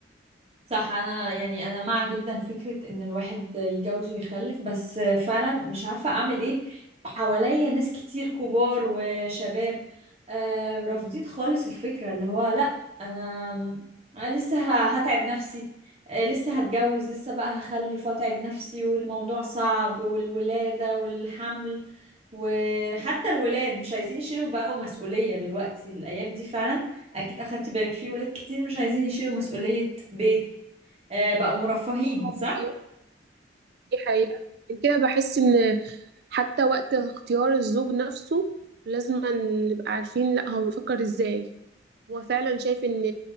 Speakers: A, on the right; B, on the right.
A: صح انا يعني انا مع جدا فكرة ان الواحد يتجوز ويخلف بس فعلا مش عارفة اعمل ايه حواليا ناس كتير كبار وشباب آه، رافضين خالص الفكرة اللي هو لا انا أنا لسه ه- هتعب نفسي آه، لسه هتجوز لسه بقى هخلف واتعب نفسي والموضوع صعب والولادة والحمل وحتى الولاد مش عايزين يشيلوا بقوا مسؤولية دلوقتي الايام دي فعلا اكيد اخدت بالك فيه ولاد كتير مش عايزين يشيلوا مسؤولية بيت آه، بقوا مرفهين
B: اه
A: صح
B: دي حقيقة دي حقيقة كده بحس ان حتى وقت اختيار الزوج نفسه لازم نبقى عارفين لا هو بيفكر ازاي هو فعلا شايف ان